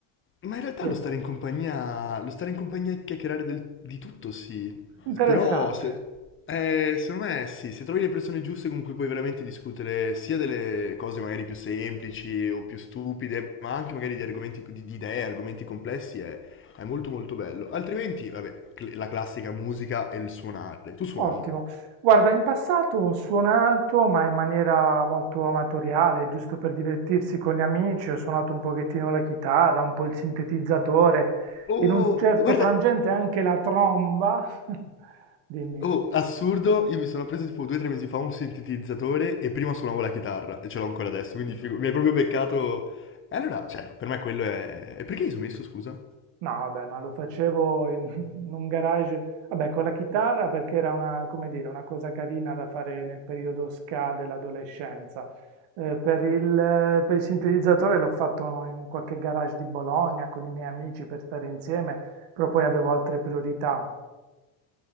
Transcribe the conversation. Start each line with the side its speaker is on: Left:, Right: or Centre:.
Left: Ma in realtà
Right: Ti chiedo.
Left: lo stare in compagnia, lo stare in compagnia e chiacchierare del- di tutto, sì.
Right: Interessante.
Left: Però, se, eh, secondo me, sì, se trovi le persone giuste con cui puoi veramente discutere sia delle cose magari più semplici o più stupide, ma anche magari di argomenti, di, di idee, argomenti complessi, è, è molto molto bello. Altrimenti, vabbè, cl- la classica musica e il suonare. Tu suoni?
Right: Ottimo. Guarda, in passato ho suonato, ma in maniera molto amatoriale, giusto per divertirsi con gli amici, ho suonato un pochettino la chitarra, un po' il sintetizzatore,
Left: Oh,
Right: in un certo
Left: guarda,
Right: frangente anche la tromba. <laughs> Dimmi.
Left: Oh, assurdo, io mi sono preso tipo due o tre mesi fa un sintetizzatore e prima suonavo la chitarra e ce l'ho ancora adesso, quindi figu- mi hai proprio beccato... E allora, cioè, per me quello è... E perché hai smesso, scusa?
Right: No, vabbè, ma lo facevo in, <laughs> in un garage, vabbè, con la chitarra perché era una, come dire, una cosa carina da fare nel periodo ska dell'adolescenza. Eh, per il, per il sintetizzatore l'ho fatto in qualche garage di Bologna con i miei amici per stare insieme, però poi avevo altre priorità.